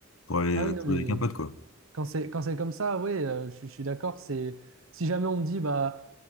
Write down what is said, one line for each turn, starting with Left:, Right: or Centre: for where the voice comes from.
Left: pour aller
Right: ah
Left: euh,
Right: oui, non, mais
Left: jouer avec un pote, quoi.
Right: Quand c'est quand c'est comme ça, oui, je, suis je suis d'accord. C'est si jamais on me dit bah